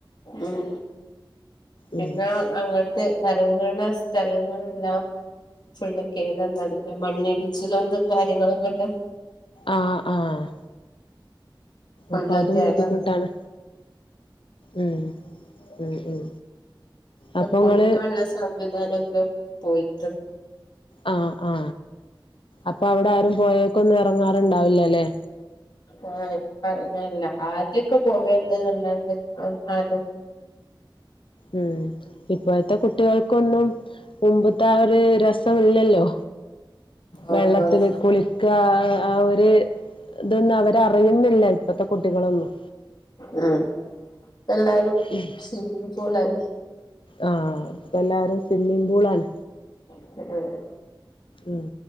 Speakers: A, on the left; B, on the left.
A: ഉം, പിന്നെ...
B: ഉം
A: അങ്ങട്ട് എറങ്ങ്ണ സ്ഥലങ്ങളെല്ലാം... ഫുള്ള് കേടന്നടക്കാ, മണ്ണിടിച്ചിലോണ്ടും കാര്യങ്ങളും കൊണ്ടും
B: ആ ആഹ്
A: ഫുള്ള്
B: അപ്പൊ അതും
A: കേടന്നാണ്
B: ബുദ്ധിമുട്ടാണ് ഉം ഉം ഉം അപ്പൊ
A: ഇപ്പൊ കുളിക്കാനുള്ള
B: ഇങ്ങള്
A: സംവിധാനൊക്കെ പോയിക്ക്ണ്.
B: ആ ആ അപ്പൊ അവിടെ ആരും പോഴേക്കൊന്നും എറങ്ങാറുണ്ടാവില്ല ലെ?
A: ആഹ് ഇപ്പൊ എറങ്ങെലില്ല, ആദ്യൊക്കെ പോവല്ണ്ട് അല്ലാണ്ട് ആരും...
B: ഉം, ഇപ്പോഴത്തെ കുട്ടികൾക്കൊന്നും... മുമ്പത്തെ ആ ഒരു രസം ഇല്ലല്ലോ. വെള്ളത്തിന്
A: ആഹ് ആഹ്
B: കുളിക്ക അ ആ ഒര്... ഇതൊന്നും അവരറിയുന്നില്ല, ഇപ്പത്തെ കുട്ടികളൊന്നും.
A: അ ഇപ്പൊ എല്ലാരും...
B: ഉം.
A: സ്വിമ്മിങ് പൂളാണ്
B: ആഹ് ഇപ്പൊല്ലാരും സ്വിമ്മിംഗ് പൂളാണ്.
A: <unintelligible>
B: ഉം.